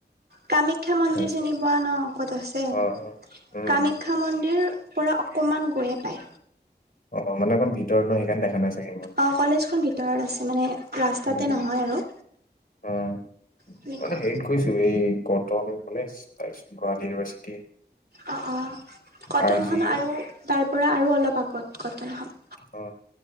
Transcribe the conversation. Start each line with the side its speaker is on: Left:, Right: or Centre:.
Right: কামাখ্যা মন্দিৰ
Left: নিশ্চয়
Right: চিনি পোৱা ন ক'ত আছে?
Left: অ', অ'। উম,
Right: কামাখ্যা মন্দিৰ পৰা অকণমান গৈয়ে পায়।
Left: অ মানে অকণ ভিতৰত নো সেইকাৰণ দেখা নাই চাগে মই।
Right: অঁ কলেজখন ভিতৰত আছে, মানে ৰাস্তাতে
Left: উম,
Right: নহয় আৰু।
Left: অ'।
Right: সেনেকুৱা
Left: মানে হেৰিত গৈছো এই কটন কলেজ তাৰপিছত গুৱাহাটী ইউনিভাৰ্চিটি।
Right: অ অ কটনখন
Left: আৰ জি ইউ
Right: আৰু তাৰপৰা আৰু অলপ আগত কটনখন।
Left: অ।